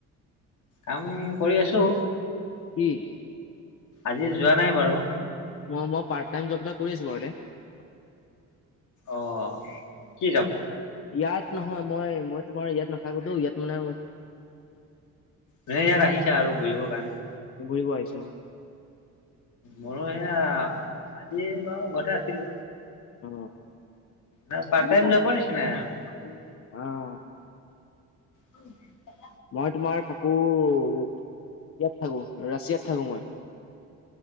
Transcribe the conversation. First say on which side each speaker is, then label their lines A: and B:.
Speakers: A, on the left; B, on the left.
A: কাম কৰি আছো,
B: কি?
A: আজি যোৱা নাই বাৰু।
B: মই বাৰু পাৰ্টটাইম জব এটাত কছ বৰতে <inaudible> <unintelligible>
A: অ কি যব।
B: ইয়াত নহয় মই মই তোমাৰ ইয়াত নাথাকোঁটো ইয়াত মানে।
A: মানে ইয়াত আহিছা আৰু ঘূৰিবৰ কাৰণে।
B: ঘূৰিব আহিছো।
A: ময়ো এয়া আজি বাৰু ঘৰতে আছিলো।
B: অঁ
A: নাই পাৰ্টটাইম জবৰ নিচিনাই আৰু।
B: অঁ
A: উম <unintelligible> <inaudible>
B: মই তোমাৰ থাকো ইয়াত থাকো, ৰাছিয়াত থাকো মই।